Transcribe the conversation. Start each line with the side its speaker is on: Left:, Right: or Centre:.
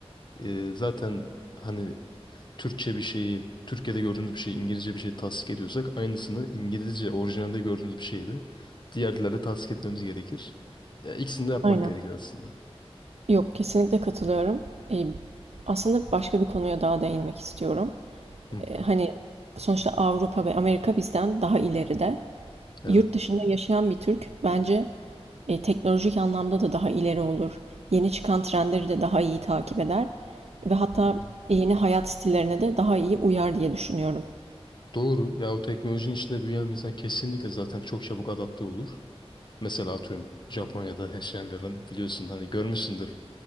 Left: E, zaten hani Türkçe bir şeyi, Türkiye'de gördüğümüz bir şeyi, İngilizce bir şeyi tasdik ediyorsak aynısını İngilizce orijinalde gördüğümüz bir şeyi de diğer dillerde tasdik etmemiz gerekir. Ya, ikisini de yapmak
Right: Aynen.
Left: gerekir aslında.
Right: Yok, kesinlikle katılıyorum. Eee, aslında başka bir konuya daha değinmek istiyorum.
Left: Hı hı.
Right: Eee, hani sonuçta Avrupa ve Amerika bizden daha ileride.
Left: Evet.
Right: Yurt dışında yaşayan bir Türk bence e, teknolojik anlamda da daha ileri olur. Yeni çıkan trendleri de daha iyi takip eder ve hatta
Left: Hı hı.
Right: yeni hayat stillerine de daha iyi uyar diye düşünüyorum.
Left: Doğru. Ya o teknolojinin içinde büyüyen bir insan kesinlikle zaten çok çabuk adapte olur. Mesela atıyorum Japonya'da yaşayan bir adam biliyorsun hani görmüşsündür